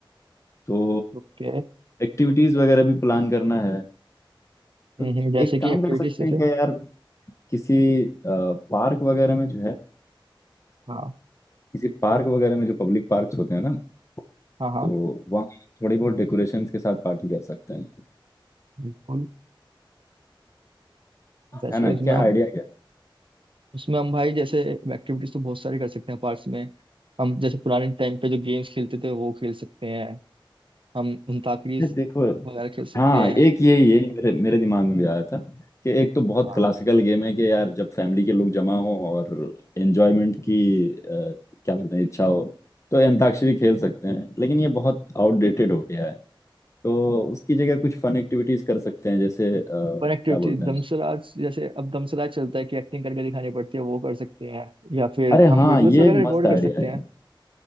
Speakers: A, on the left; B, on the right.
A: तो
B: ओके
A: एक्टिविटीज़ वगैरह भी प्लान करना है
B: हम्म
A: तो
B: हम्म, जैसे
A: एक
B: कि
A: काम
B: एक्टिविटीज
A: कर सकते
B: जैसे
A: हैं क्या यार किसी पार्क वगैरह में जो है
B: हाँ
A: किसी पार्क वगैरह में जो पब्लिक पार्क्स होते हैं ना
B: हाँ हाँ
A: तो वहाँ थोड़ी बहुत डेकोरेशंस के साथ पार्टी कर सकते हैं
B: बिल्कुल जैसे
A: है ना
B: उसमें
A: क्या
B: हम
A: आइडिया क्या
B: उसमें हम भाई जैसे एक्टिविटीज तो बहुत सारी कर सकते हैं पार्क्स में हम जैसे पुराने टाइम पे जो गेम्स खेलते थे वो खेल सकते हैं हम अंताक्षरी
A: ये देखो
B: वगैरह खेल सकते
A: हाँ
B: हैं
A: एक यही यही मेरे मेरे दिमाग में भी आया था कि एक तो बहुत
B: हाँ
A: क्लासिकल गेम है कि यार जब फैमिली के लोग जमा हो और एंजॉयमेंट की अ, क्या बोलते हैं इच्छा हो तो ये अंताक्षरी खेल सकते हैं लेकिन ये बहुत आउटडेटेड हो गया है तो उसकी जगह कुछ फन एक्टिविटीज कर सकते हैं जैसे अ,
B: पर एक्टिविटी
A: क्या बोलते
B: दमसराज
A: हैं उसको
B: जैसे अब दमसराज चलता है कि एक्टिंग करके दिखानी पड़ती है वो कर सकते हैं या फिर
A: अरे
B: हम
A: हाँ
B: वीडियोस
A: ये
B: वगैरह रिकॉर्ड
A: मस्त आइडिया
B: कर सकते
A: है
B: हैं